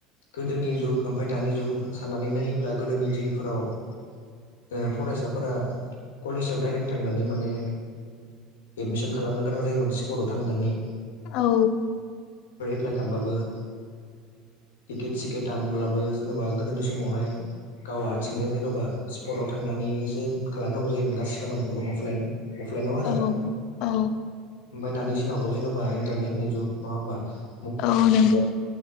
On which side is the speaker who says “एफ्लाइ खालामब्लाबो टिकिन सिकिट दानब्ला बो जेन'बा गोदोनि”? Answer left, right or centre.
Left